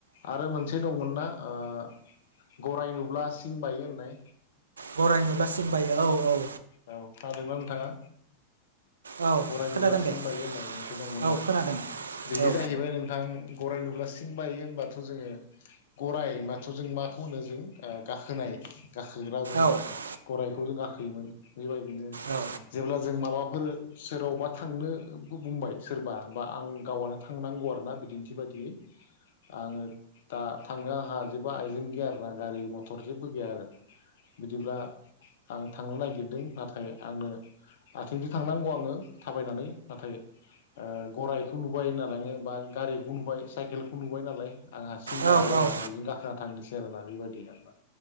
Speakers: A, on the left; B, on the right.
A: आरो मोनसे दंमोनना ओ गराय नुब्ला सिं बायो होननाय
B: गराय नुब्ला सिं बायो औ औ
A: औ खोनादोंना नोंथाङा
B: औ
A: गराय
B: खोनादों
A: नुब्ला सिं
B: दे
A: बायो होननाय मोनसे दंमोनना
B: औ खोनादों
A: बेयो
B: औ
A: जाहैबाय नोंथां गराइ नुब्ला सिं बायो होमबाथ' जोङो गराइ होनबाथ' जों माखौ होनो जों ओ गाखोनाय। गाखोग्रा जों
B: औ
A: गराइखौ जों गाख दैमोन बेबायदिनो
B: औ
A: जेब्ला जों माबा फोरो सोरावबा थांनोबो बुंबाय सोरबा बा आं गावआनो थांनांगौ आरोना बिदिन्थि बादियै आङो दा थांनो आंहा जेबो आइजें गैया आरोना गारि मथर जेबो गैया आरो बिदिब्ला आं थांनो नागिरदों नाथाय आंनो आथिंजों थांनां अ आङो थाबायनानै नाथाय ओ गरायाइखौ नुबाय होनना लाङो बा गारिखौ नुबाय साइकेलखौ नुबाय नालाय आं हारसिं
B: औ
A: बायबाय
B: औ
A: आरो आं बेजों गाखोना थांनोसै। सेरोना बेबायदि ना।